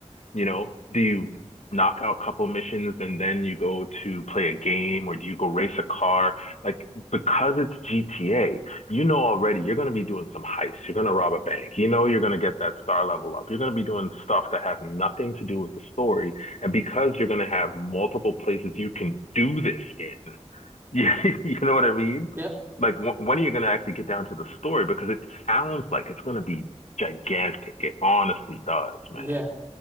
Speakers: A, on the left (about 75°); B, on the right (about 20°).
A: You know, do you knock out a couple missions and then you go to play a game or do you go race a car? Like, because it's GTA, you know already you're going to be doing some heists. You're going to rob a bank. You know, you're going to get that star level up. You're going to be doing stuff that has nothing to do with the story. And because you're going to have multiple places you can do this in, you, <laughs> you know what I mean?
B: yeah,
A: Like, wh- when are you going to actually get down to the story? Because it sounds like it's going to be gigantic. It honestly does, man.
B: <laughs> yeah.